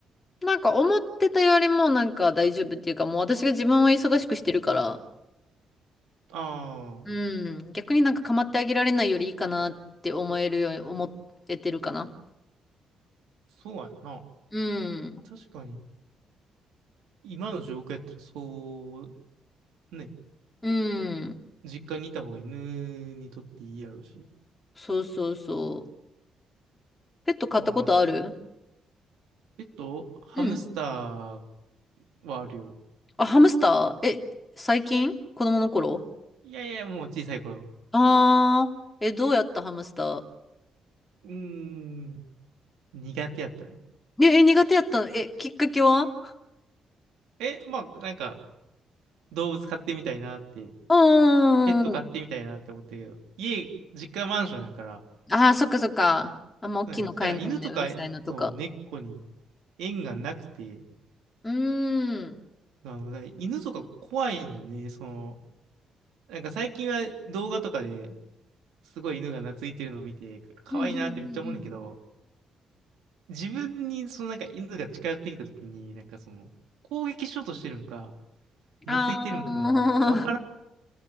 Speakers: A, on the left; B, on the right.
A: なんか思ってたよりもなんか大丈夫っていうか、もう私が自分は忙しくしてるから、
B: ああ、
A: うん、逆になんか構ってあげられないよりいいかなって思えるように思えてるかな。
B: そうやな。
A: うん。
B: 確かに、今の状況やったらそう、ね、
A: うん。
B: 実家にいた方が犬にとっていいやろうし。
A: そうそうそう。ペット飼ったことある
B: ああ、そう。ペット、ハムスタ
A: うん。
B: ーはあるよ。
A: あ、ハムスターえ、最近子供の頃
B: いやいや、もう小さい頃。
A: あー、え、どうやったハムスター
B: うーん。苦手やったね。
A: え、え苦手やったのえ、きっかけは
B: え、まあ、なんか、動物飼ってみたいなって、
A: うーん。
B: ペット飼ってみたいなって思ったけど、家、実家マンションやから、
A: ああ、そっかそっか。あんま大きいの買えないのね。
B: ね、だから犬とか、
A: うるさいのとか。
B: そう、猫に縁がなくて、
A: うーん。
B: あの、ね、犬とか怖いんよね、その、なんか最近は動画とかですごい犬が懐いてるのを見て、可愛いなってめっちゃ思うねんだけど、
A: うんうんうんうん。
B: 自分にそのなんか犬が近寄ってきた時に、なんかその、攻撃しようとしてるんか、懐いてるんかがわからん。
A: ああ、